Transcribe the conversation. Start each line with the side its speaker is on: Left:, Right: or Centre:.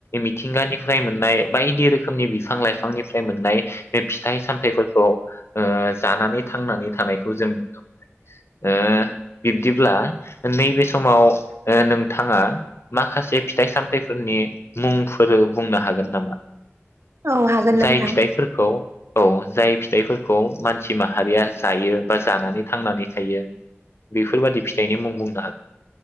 Left: मिथिंगानिफ्राय मोननाय बायदि रोखोमनि बिफां लाइफांनिफ्राय मोननाय बे फिथाइ सामथफोरखौ जानानै थांनानै थानायखौ जों नुनो मोनो ओ बिब्दिब्ला नैबे समाव नोंथाङा माखासे फिथाइ सामथाइफोरनि मुंफोर बुंनो हागोन नामा?
Right: औ हागोन नोंथां
Left: जाय फिथाइफोरखौ औ जाय फिथाइफोरखौ मानसि माहारिया जायो बा जानानै थांनानै थायो बेफोरबादि फिथाइनि मुं बुं